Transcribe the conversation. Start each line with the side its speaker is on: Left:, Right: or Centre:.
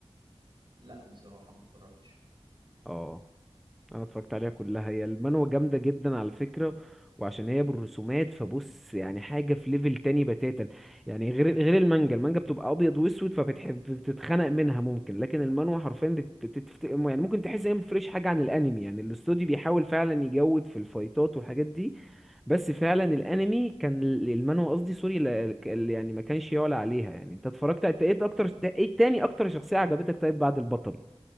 Right: لا بصراحه ما اتفرجتش
Centre: اه انا اتفرجت عليها كلها هي المانوا جامده جدا على فكره وعشان هي بالرسومات فبص يعني حاجه في ليفل تاني بتاتا يعني غير غير المانجا المانجا بتبقى ابيض واسود فبتحب بتتخنق منها ممكن لكن المانوا حرفيا بت... بتت- يعني ممكن تحس ان هي متفرقش حاجه عن الانمي يعني الاستوديو بيحاول فعلا يجود في الفايتات والحاجات دي بس فعلا الانمي كان ال- المانوا قصدي سوري لا- ال- يعني ما كانش يعلى عليها يعني انت اتفرجت انت ايه اكتر ايه تاني اكتر شخصيه عجبتك طيب بعد البطل